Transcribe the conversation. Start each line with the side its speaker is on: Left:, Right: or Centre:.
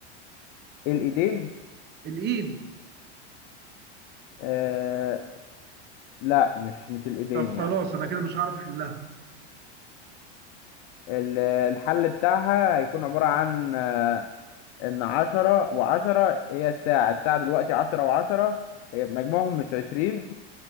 Left: الايدين
Right: الايد
Left: آه لا مش مش الإيدين
Right: طب خلاص
Left: يعني
Right: انا كده مش هعرف احلها
Left: ال- الحل بتاعها هيكون عبارة عن آه إن عشرة وعشرة هي الساعة الساعة دلوقتي عشرة وعشرة هي مجموعهم مش عشرين